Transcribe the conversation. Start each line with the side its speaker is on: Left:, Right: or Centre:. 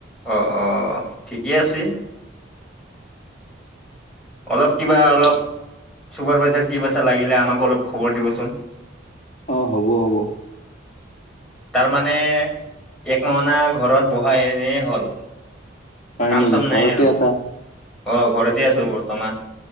Centre: আহ আহ ঠিকেই আছে অলপ কিবা অলপ চুপাৰ ভাইজাৰ ক বাাচা লাগিলে আমাকো অলপ খবৰ দিবচোন
Left: অঁ হ'ব হ'ব
Centre: তাৰমানানে এক মাহনা ঘৰত বহাই এনেই হ'ল
Left: হয়
Centre: কাম
Left: নেকি
Centre: চাম
Left: ঘৰতে
Centre: নাই আৰু
Left: আছা
Centre: অ ঘৰতে আছো বৰ্তমান